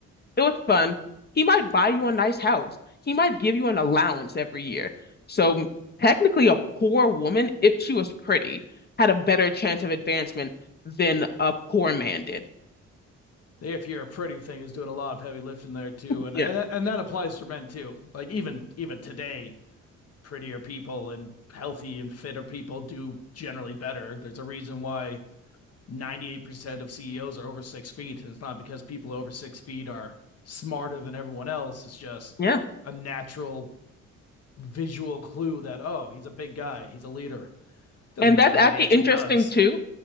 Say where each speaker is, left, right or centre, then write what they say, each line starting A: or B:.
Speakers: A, on the left; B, on the left.
A: it was fun. He might buy you a nice house. He might give you an allowance every year. So technically, a poor woman, if she was pretty, had a better chance of advancement than a poor man did.
B: if you're a pretty thing is doing a lot of heavy lifting there too, and
A: Yeah.
B: and that, and that applies to men too. Like even even today, prettier people and healthy and fitter people do generally better. There's a reason why 98% of CEOs are over six feet. And it's not because people over six feet are smarter than everyone else. It's just
A: Yeah.
B: a natural visual clue that, oh, he's a big guy. He's a leader. It Doesn't
A: And
B: matter
A: that's actually
B: what he actually
A: interesting
B: does.
A: too,